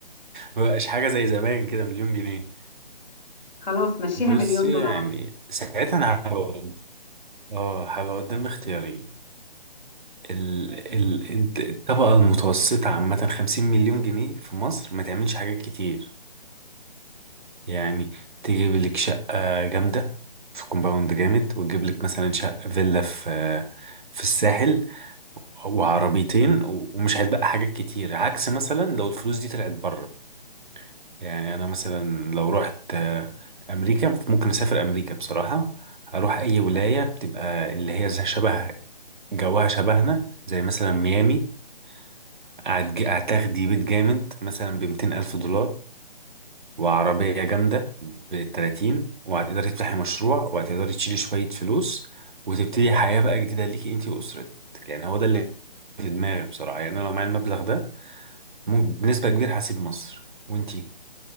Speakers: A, on the right; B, on the left.
A: مبقاش حاجة زي زمان كده مليون جنيه
B: خلاص مشيها
A: بصي
B: مليون دولار
A: يعني ساعتها انا هبقى اه هبقى قدام اختيارين ال... ال... الت- الطبقة المتوسطة عامة خمسين مليون جنيه في مصر ما تعملش حاجات كتير يعني تجيب لك شقة جامدة في كومباوند جامد وتجيب لك مثلا شقة فيلا في في الساحل وعربيتين و- ومش هيتبقى حاجات كتير عكس مثلا لو الفلوس دي طلعت بره يعني انا مثلا لو رحت آه، امريكا ممكن اسافر امريكا بصراحة اروح اي ولاية بتبقى اللي هي زي شبه جواها شبهنا زي مثلا ميامي أعت- هتاخدي بيت جامد مثلا بمتين ألف دولار وعربية جامدة بتلاتين وهتقدري تفتحي مشروع وهتقدري تشيلي شوية فلوس وتبتدي حياة بقى جديدة ليكي انتي وأسرتك يعني هو ده اللي في دماغي بصراحة يعني أنا لو معايا المبلغ ده مم- بنسبة كبيرة هسيب مصر وانتي